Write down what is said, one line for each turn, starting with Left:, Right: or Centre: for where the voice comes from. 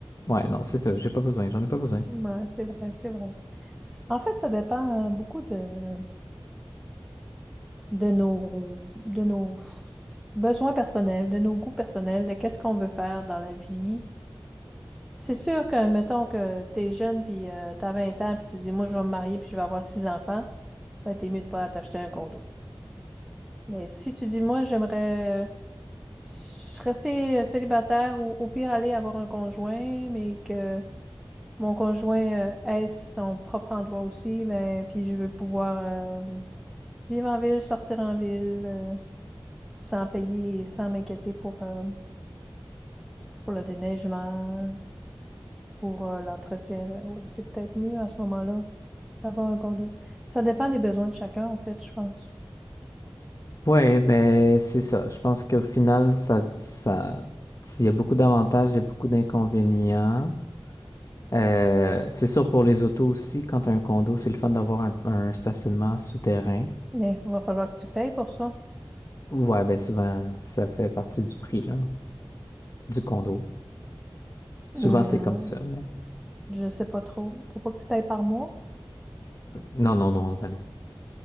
Left: ouais, non, c'est ça, j'ai pas besoin, j'en ai pas besoin.
Centre: Ouais, c'est vrai, c'est vrai. C- En fait, ça dépend euh, beaucoup de, de nos, de nos besoins personnels, de nos goûts personnels, de qu'est-ce qu'on veut faire dans la vie. C'est sûr que, admettons que t'es jeune, puis euh, t'as 20 ans, puis tu dis, moi, je vais me marier, puis je vais avoir six enfants, ben, t'es mieux de pas t'acheter un condo. Mais si tu dis, moi, j'aimerais euh, s- rester euh, célibataire ou au pire aller avoir un conjoint, mais que mon conjoint euh, ait son propre endroit aussi, ben, puis je veux pouvoir euh, vivre en ville, sortir en ville. euh, sans payer, sans m'inquiéter pour, euh, pour le déneigement, pour euh, l'entretien. Ben ouais, t'es peut-être mieux à ce moment-là d'avoir un condo. Ça dépend des besoins de chacun, en fait, je pense.
Left: Ouais, ben c'est ça. Je pense qu'au final, ça, ça, il y a beaucoup d'avantages, il y a beaucoup d'inconvénients. Euh, c'est sûr pour les autos aussi, quand t'as un condo, c'est le fun d'avoir un, un stationnement souterrain.
Centre: Mais il va falloir que tu payes pour ça.
Left: Ouais, ben souvent, ça fait partie du prix, là, du condo. Souvent,
Centre: Hmm,
Left: c'est comme ça, mais
Centre: je sais pas trop. Faut pas que tu payes par mois.
Left: non, non, non, ben non.